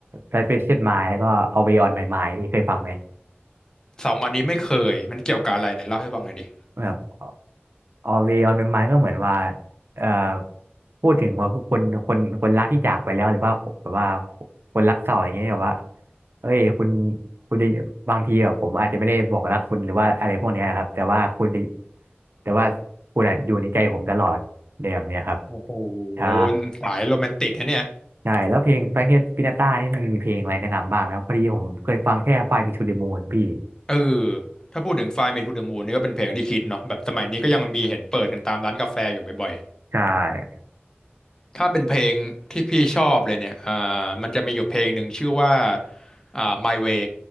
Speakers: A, on the right; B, on the left.
A: Suspicious Mind แล้วก็ Always on My Mind พี่เคยฟังไหม
B: สองอันนี้ไม่เคยมันเกี่ยวกับอะไรไหนเล่าให้ฟังหน่อยดิ
A: แบบ Always on My Mind ก็เหมือนว่าเอ่อพูดถึงว่าคนคนคนรักที่จากไปแล้วหรือว่าแบบว่าคนรักเก่าอย่างเงี้ยแบบว่าเอ้ยคุณคุณจะบางทีแบบผมอาจจะไม่ได้บอกรักคุณหรือว่าอะไรพวกเนี้ยครับแต่ว่าคุณจะแต่ว่าคุณอะอยู่ในใจผมตลอดในแบบเนี้ยครับ
B: โอ้โห
A: ใช่
B: มันสายโรแมนติกนะเนี่ย
A: ใช่แล้วเพลงแฟรงค์ปินาต้านี่มันมีเพลงอะไรแนะนำบ้างไหมครับพอดีผมเคยฟังแค่ไฟมีทูเด m มูนพี่
B: เออถ้าพูดถึง Fly Me to the Moon นี่ก็เป็นเพลงที่คิดเนาะแบบสมัยนี้ก็ยังมีเห็นเปิดกันตามร้านกาแฟอยู่บ่อย
A: ใช่
B: ๆถ้าเป็นเพลงที่พี่ชอบเลยเนี่ยอ่ามันจะมีอยู่เพลงหนึ่งชื่อว่าอ่า My Way